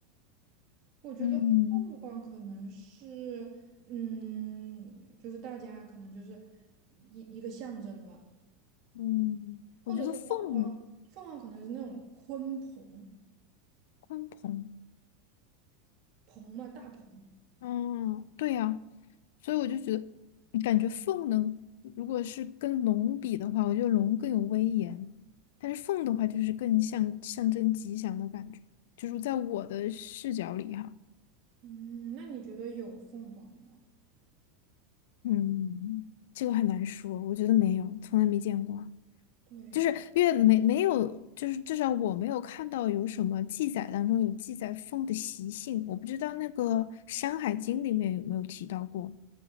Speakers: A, on the right (about 45°); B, on the left (about 75°).
A: 我觉得凤凰可能是，
B: 嗯
A: 嗯，就是大家可能就是一一个象征了，
B: 嗯，
A: 或者是凤凰，
B: 我觉得凤
A: 凤凰可能是那种鲲鹏，
B: 鲲鹏。
A: 鹏嘛，大鹏。
B: 嗯，对呀，所以我就觉得，感觉凤能，如果是跟龙比的话，我觉得龙更有威严，但是凤的话就是更像象征吉祥的感觉，就是在我的视角里哈，
A: 嗯，那你觉得有凤凰吗？
B: 嗯，这个很难说，我觉得没有，从来没见过啊
A: 对，
B: 就是因为没没有，就是至少我没有看到有什么记载当中有记载凤的习性，我不知道那个《山海经》里面有没有提到过。